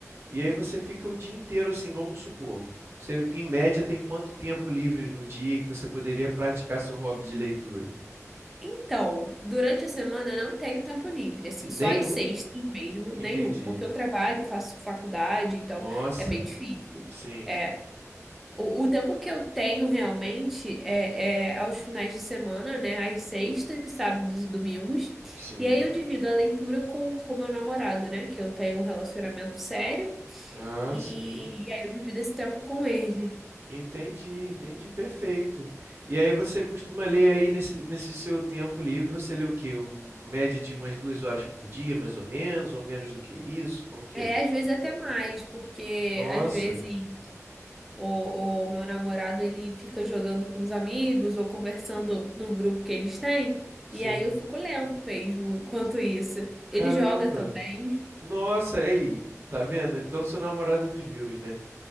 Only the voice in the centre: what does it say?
Então, durante a semana eu não tenho tempo livre, assim,
só às sextas mesmo, nenhum,
porque eu trabalho, faço faculdade, então
é bem difícil.
É, o, o tempo que eu tenho realmente é, é aos finais de semana, né, às sextas, sábados e domingos,
e aí eu divido a leitura com o meu namorado, né, que eu tenho um relacionamento sério,
e,
e aí eu divido esse tempo com ele.
É,
às vezes até mais, porque
às vezes. ou, ou meu namorado ele fica jogando com os amigos ou conversando num grupo que eles têm,
e aí eu fico lendo mesmo enquanto isso. Ele
joga também,